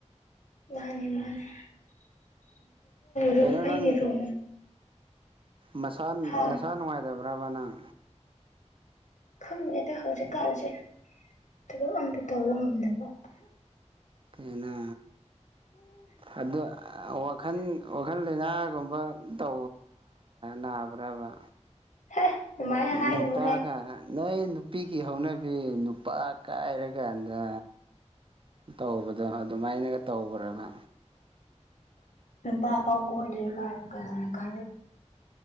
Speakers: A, on the left (about 80°); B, on the right (about 45°).
A: ꯃꯥꯅꯦ ꯃꯥꯅꯦ ꯔꯨꯝ
B: ꯀꯩꯅꯣ
A: ꯑꯩꯒꯤ
B: ꯅꯪ
A: ꯔꯨꯝ
B: ꯅꯁꯥ
A: ꯍꯥ
B: ꯅꯁꯥ ꯅꯨꯡꯉꯥꯏꯇꯕ꯭ꯔꯕ ꯅꯪ
A: ꯈꯪꯗꯉꯩꯗ ꯍꯧꯖꯤꯛꯀꯥꯟꯁꯦ ꯊꯕꯛ ꯑꯝꯇ ꯇꯧꯕ ꯉꯝꯗꯅꯕ
B: ꯀꯅ ꯑꯗ ꯋꯥꯈꯜ ꯋꯥꯈꯜ ꯂꯩꯅꯥꯒꯨꯝꯕ ꯇ ꯅꯥꯕ꯭ꯔꯕ
A: ꯍꯦ ꯑꯗꯨꯃꯥꯏꯅ ꯍꯥꯏꯒꯅꯨꯍꯦ
B: ꯅꯨꯄꯥꯒ ꯅꯣꯏ ꯅꯨꯄꯤꯒꯤ ꯍꯧꯅꯕꯤ ꯅꯨꯄꯥ ꯀꯥꯏꯔꯀꯥꯟꯗ ꯇꯧꯕꯗꯣ ꯑꯗꯨꯃꯥꯏꯅꯒ ꯇꯧꯕ꯭ꯔꯒ
A: ꯄꯥ ꯐꯥꯎ ꯀꯣꯏꯅ ꯀꯔ ꯀ ꯀ